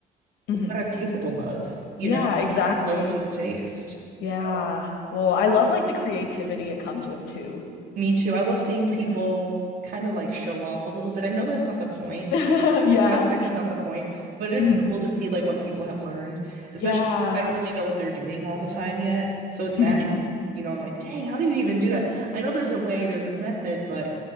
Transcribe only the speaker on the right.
what
I'm capable of, you
know,
after developing the taste.
So,
me too. I love seeing people
kind of like show off a little bit. I know that's not the point.
That aspect is not the point, but it is
cool to see like what people have learned, especially
if I don't really know what they're doing all the time yet. So it's magical.
You know, I'm like, dang, how do you even do that? I know there's a way, there's a method, but